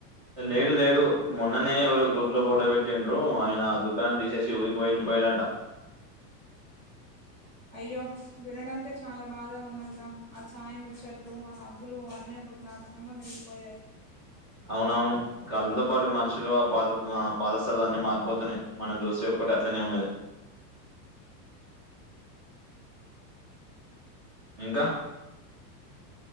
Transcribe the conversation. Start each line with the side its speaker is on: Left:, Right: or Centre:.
Right: లేడు లేడు మొన్ననే ఎవరో గ్రూప్ లో ఫోటో పెట్టిండ్రు ఆయన ఆ దుకాణం తీస్ శేసిి ఊరికి వెళ్లిపోయడంట
Centre: అయ్యో వినడానికే చాలా బాధ ఉన్నదిరా ఆ ఛాయ ముచ్చట్లు ఆ నవ్వులు అన్నీ కు జ్ఞాపకంగా మిగిలిపోయాయి
Right: అవునవును కాలంతో పాటు మనుషులు ఆ పాత పాదశాలు అన్నిీ మారిపోతున్నాయి మన దోశ యొక్ ఒక్కట్లనే ఉన్నది ఇంకా